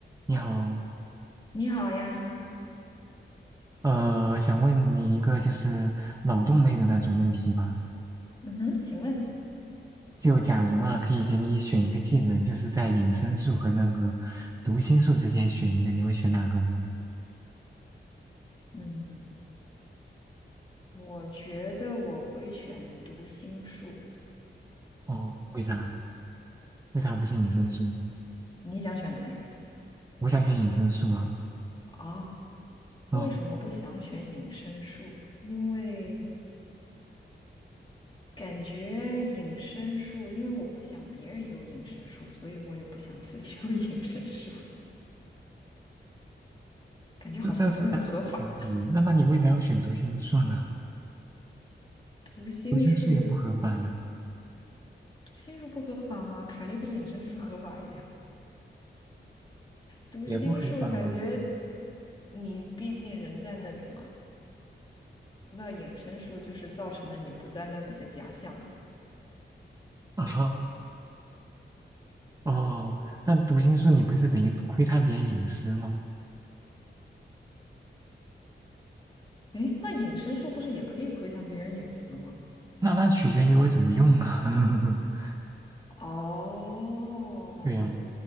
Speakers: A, on the right; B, on the left.
A: 你好，
B: 你好呀，
A: 呃，想问你一个就是脑洞类的那种问题吧。
B: 嗯哼，请问，
A: 就假如啊，可以给你选一个技能，就是在隐身术和那个读心术之间选一个，你会选哪个呢？
B: 嗯，我觉得我会选读心术，
A: 哦，为啥？为啥不是隐身术？
B: 你想选哪一个
A: 我想选隐身术啊。
B: 啊？
A: 哦，
B: 为什么不想选隐身术？因为感觉隐身术，因为我不想别人有隐身术，所以我也不想自己有 <laughs> 隐身术，感觉好像不是很合法。
A: 这这这怎么理由？那那你为啥要选读心术呢？
B: 读心术，
A: 读心术也不合法呀，
B: 读心术不合法吗？感觉比隐身术合法一点。读心术感觉
A: 也不合法吧？<laughs>
B: 你毕竟人在那里嘛。那隐身术就是造成了你不在那里的假象啊。
A: 啊，哦，但读心术你不是等于窥探别人隐私吗？
B: 诶，那隐身术不是也可以窥探别人隐私吗？
A: 那那取决于我怎么用啊。<laughs>
B: 哦，
A: 对呀、